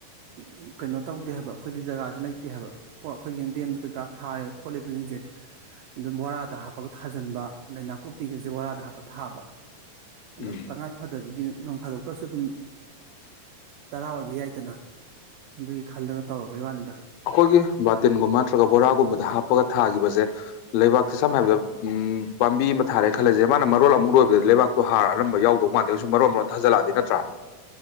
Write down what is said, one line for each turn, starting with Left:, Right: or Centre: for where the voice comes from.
Right: <unintelligible> ꯀꯩꯅꯣ ꯇꯧꯗꯦ ꯍꯥꯏꯕ ꯑꯈꯣꯏꯗꯤ ꯖꯒꯥꯁꯤ ꯂꯩꯇꯦ ꯍꯥꯏꯕ ꯄꯣ ꯑꯈꯣꯏꯒꯤ ꯌꯦꯟꯗꯦꯝꯗ ꯀꯩꯀꯥ ꯊꯥꯔꯦ ꯈꯣꯠꯂꯤꯕꯁꯤꯡꯁꯦ ꯑꯗꯨꯝ ꯕꯣꯔꯥꯗ ꯍꯥꯞꯄꯒ ꯊꯥꯖꯤꯟꯕ ꯑꯗꯩꯅ ꯀꯣꯄꯤꯒꯩꯁꯦ ꯕꯣꯔꯥꯗ ꯍꯥꯞꯄ ꯊꯥꯕ ꯑꯗꯨꯝ
Left: ꯎꯝ
Right: ꯇꯉꯥꯏ ꯐꯗꯕꯤꯒꯤ ꯅꯣꯡ ꯐꯥꯗꯣꯛꯇꯁꯨ ꯑꯗꯨꯝ ꯆꯔꯥ ꯑꯣꯏꯕ ꯌꯥꯏꯗꯅ꯫ ꯑꯗꯨꯒꯤ ꯈꯜꯂꯒ ꯇꯧꯔꯕꯩ ꯋꯥꯅꯤꯗ꯫
Left: ꯑꯈꯣꯏꯒꯤ ꯕꯥꯇꯤꯟꯒꯨꯝꯕ ꯅꯠꯇ꯭ꯔꯒ ꯕꯣꯔꯥꯒꯨꯝꯕꯗ ꯍꯥꯞꯄꯒ ꯊꯥꯒꯤꯕꯁꯦ ꯂꯩꯕꯥꯛꯁꯦ ꯁꯝꯅ ꯍꯥꯏꯕꯗ ꯄꯥꯝꯕꯤ ꯑꯃ ꯊꯥꯔꯦ ꯈꯜꯂꯁꯦ ꯃꯥꯅ ꯃꯔꯣꯜ ꯑꯃꯨꯛ ꯂꯣꯏꯕꯗꯗꯤ ꯂꯩꯕꯥꯛ ꯇꯣ ꯍꯥꯔ ꯑꯔꯝꯕ ꯌꯥꯎꯗꯧ ꯃꯥꯟꯗꯩꯁꯨ ꯃꯔꯣꯟ-ꯃꯔꯣꯟ ꯊꯖꯂꯛꯑꯗꯤ ꯅꯇ꯭ꯔꯥ꯫